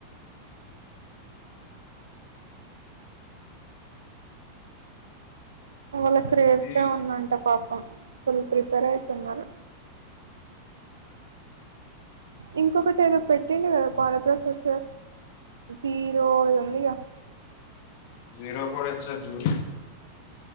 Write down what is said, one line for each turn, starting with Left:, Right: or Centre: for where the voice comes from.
Right: వాళ్ళ కి రేపే
Left: మరి
Right: ఉందంట పాపం <unintelligible> త్తరు అయితున్నారు ఇంకొకటి ఏదో పెట్టిండు కదా బాల ప్రసాద్ సార్ జీరో ఇది ఉందిగా
Left: జీరో కూడా <unintelligible>